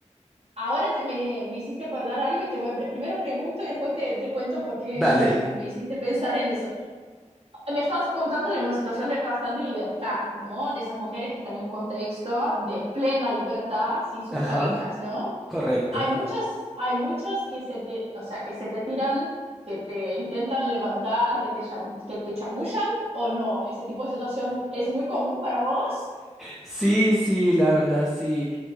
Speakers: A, on the right (about 55°); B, in the centre.
A: Ahora te, me, me hiciste acordar algo y te voy a... pre- primero pregunto y después te, te cuento por qué
B: Dale.
A: me hiciste pensar en eso. Me estás contando de una situación de bastante libertad, ¿no? De esas mujeres que están en un contexto de plena libertad sin sus
B: Ajá.
A: parejas, ¿no?
B: Correcto.
A: Hay muchos, hay muchos que se te, o sea, que se te tiran, que te intentan levantar, que te, cham- que te chamullan o no. Ese tipo de situación es muy común para vos.
B: Sí, sí, la verdad sí.